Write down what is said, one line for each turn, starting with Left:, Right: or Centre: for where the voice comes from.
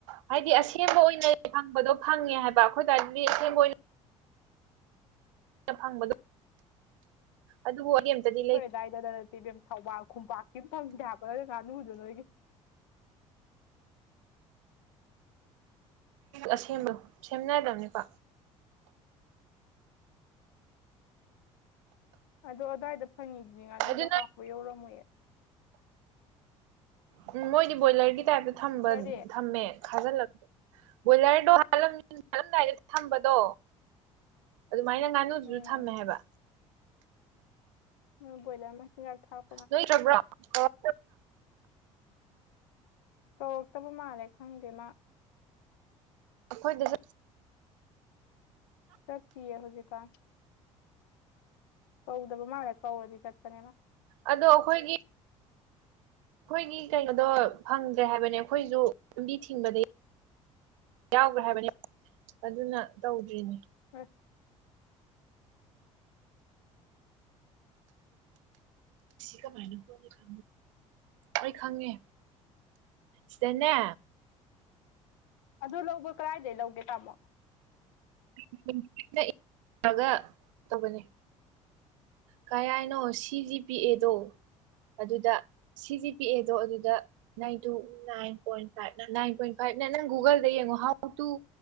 Right: ꯍꯥꯏꯗꯤ ꯑꯁꯦꯡꯕ ꯑꯣꯏꯅ ꯐꯪꯕꯗꯣ ꯐꯪꯉꯦ ꯍꯥꯏꯕ ꯑꯩꯈꯣꯏ ꯑꯗꯨꯋꯥꯏꯗꯗꯤ ꯑꯁꯦꯝꯕ ꯐꯪꯕꯗꫭ ꯑꯗꯨꯕꯨ ꯋꯥꯔꯤ ꯑꯝꯇꯗꯤ
Left: ꯑꯈꯣꯏ ꯑꯗꯥꯏꯗ ꯅꯠꯇꯦ ꯏꯕꯦꯝ ꯊꯧꯕꯥꯜ ꯈꯨꯟꯄꯥꯛꯁꯤꯃ ꯐꯪꯗꯦ ꯍꯥꯏꯕ ꯉꯥꯅꯨꯗꫭ ꯅꫭꯏꯒꯤ
Right: ꯑꯁꯦꯝꯕ ꯁꯦꯝꯅꯗꯕꯅꯤꯀꯣ
Left: ꯑꯗꯣ ꯑꯗꯥꯏꯗ ꯐꯪꯉꯤꯗꯨꯗꯤ ꯉꯥꯅꯨꯗꯣ
Right: ꯑꯗꯨ ꯅꯣꯏ
Left: ꯍꯥꯎꯕ ꯌꯧꯔꯝꯃꯣꯏꯌꯦ
Right: ꯎꯝ ꯃꯣꯏꯗꯤ ꯕꯣꯏꯂꯔꯒꯤ ꯇꯥꯏꯞꯇ ꯊꯝꯕ
Left: ꯀꯔꯤ
Right: ꯊꯝꯃꯦ ꯈꯥꯖꯤꯜꯂ ꯕꯣꯏꯂꯔꯗꯣ ꯂꯝ ꯆꯠꯂꯝꯗꯥꯏꯗ ꯊꯝꯕꯗꯣ ꯑꯗꯨꯃꯥꯏꯅ ꯉꯥꯅꯨꯖꯨ
Left: ꯎꯝ
Right: ꯊꯝꯃꯦ ꯍꯥꯏꯕ
Left: ꯃꫭꯏ ꯕꫭꯏꯂꯔ ꯃꯆꯤꯟꯖꯥꯛ ꯊꯥꯛ
Right: ꯅꯣꯏꯗꯔꯕ꯭ꯔꯣ ꯑꫭ
Left: ꯀꯧꯔꯛꯇꯕ ꯃꯥꯜꯂꯦ ꯈꯪꯗꯦ ꯃꯥ
Right: ꯑꯩꯈꯣꯏꯗꯖꯨ
Left: ꯆꯛꯇꯤ ꯍꯧꯖꯤꯛꯀꯥ ꯀꯧꯗꯕ ꯃꯜꯂꯦ ꯀꯧꯔꯗꯤ ꯆꯠꯄꯅꯦꯅ
Right: ꯑꯗꯣ ꯑꯩꯈꯣꯏꯒꯤ ꯑꯩꯈꯣꯏꯒꯤ ꯀꯩꯅꯣꯗꯣ ꯐꯪꯗ꯭ꯔꯦ ꯍꯥꯏꯕꯅꯦ ꯑꯩꯈꯣꯏꯁꯨ ꯂꯝꯕꯤ ꯊꯤꯡꯕꯗꯒꯤ ꯌꯥꯎꯈ꯭ꯔꯦ ꯍꯥꯏꯕꯅꯤ ꯑꯗꯨꯅ ꯇꯧꯗ꯭ꯔꯤꯅꯦ
Left: ꯑꯁ
Right: ꯀꯃꯅ ꯍꯣꯅꯤꯒ ꯑꯩꯣꯏ ꯈꯪꯉꯦ ꯁꯤꯗꯅꯦ
Left: ꯑꯗꯨ ꯂꯧꯕ ꯀꯔꯥꯏꯗꯩ ꯂꯧꯒꯦ ꯇꯥꯃꯣ
Right: <inaudible> <unintelligible> ꯂꯒ ꯇꯧꯕꯅꯤ ꯀꯩ ꯍꯥꯏꯅꯣ ꯁꯤ ꯖꯤ ꯄꯤ ꯑꯦꯗꯣ ꯑꯗꯨꯗ ꯁꯤ ꯖꯤ ꯄꯤ ꯑꯦꯗꯣ ꯑꯗꯨꯗ nine two nine point five nine point ꯐꯥꯏꯚꯅ ꯅꯪ ꯒꯨꯒꯜꯗ ꯌꯦꯡꯉꯣ ꯍꯥꯎ ꯇꯨ